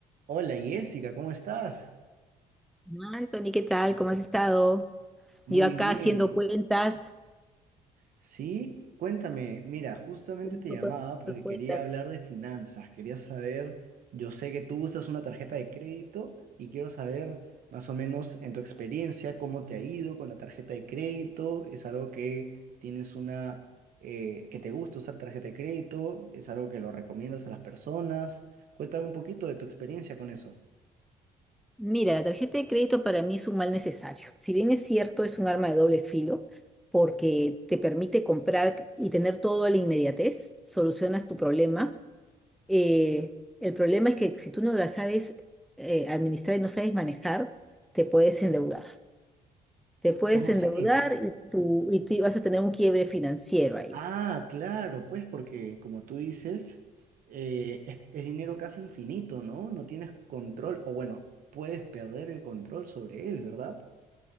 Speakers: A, on the right; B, in the centre.
A: Hola Jessica, ¿cómo estás?
B: Hola, Anthony, ¿qué tal? ¿Cómo has estado?
A: Muy
B: Yo acá
A: bien.
B: haciendo cuentas,
A: Sí, cuéntame, mira, justamente
B: haciendo
A: te
B: un poco
A: llamaba porque
B: de cuentas.
A: quería hablar de finanzas, quería saber, yo sé que tú usas una tarjeta de crédito y quiero saber más o menos en tu experiencia cómo te ha ido con la tarjeta de crédito, es algo que tienes una, eh, que te gusta usar tarjeta de crédito, es algo que lo recomiendas a las personas. Cuéntame un poquito de tu experiencia con eso.
B: Mira, la tarjeta de crédito para mí es un mal necesario. Si bien es cierto, es un arma de doble filo porque te permite comprar y tener todo a la inmediatez, solucionas tu problema. Eh, el problema es que si tú no la sabes eh, administrar y no sabes manejar, te puedes endeudar. Te puedes
A: ¿Cómo así?
B: endeudar y, tú, y tú vas a tener un quiebre financiero ahí.
A: Ah, claro, pues porque como tú dices, eh, es, es dinero casi infinito, ¿no? No tienes control, o bueno, puedes perder el control sobre él, ¿verdad?